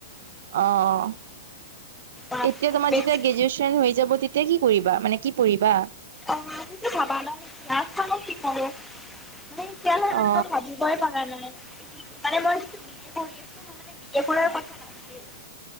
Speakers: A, on the right; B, in the centre.
A: অ',
B: অ',
A: এতিয়া তোমাৰ
B: বেছি
A: যেতিয়া গ্ৰেজুৱেচন হৈ যাব তেতিয়া কি কৰিবা মানে কি পঢ়িবা?
B: অ', আমিতো ভাবা নাই নাজানো কি কৰো মানে এতিয়ালে সেনেকে
A: অ
B: ভাবি বই পৰা নাই মানে মই যিটো ডিগ্ৰী কৰি আছো মোৰ মানে বিয়ে কৰাৰ কথা নাছিল।